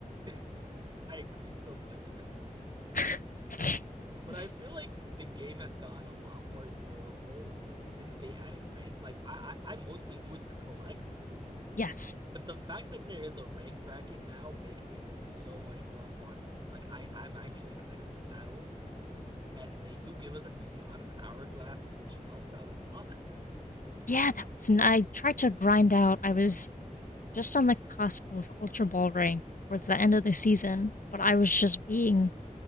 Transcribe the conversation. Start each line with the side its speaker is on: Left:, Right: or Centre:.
Right: <laughs> I agreed so much.
Left: <laughs>
Right: <laughs> but
Left: Yes.
Right: I feel like the game has gotten a lot more enjoyable since they added ranked. Like I, I, I mostly do it to collect,
Left: yes.
Right: but the fact that there is a rank bracket now makes it so much more fun. Like I, I'm actually excited to battle, and they do give us a decent amount of hourglasses, which helps out a lot
Left: Yeah, that was. n- I tried to grind out. I was just on the cusp of Ultra Ball rank towards the end of the season, but I was just being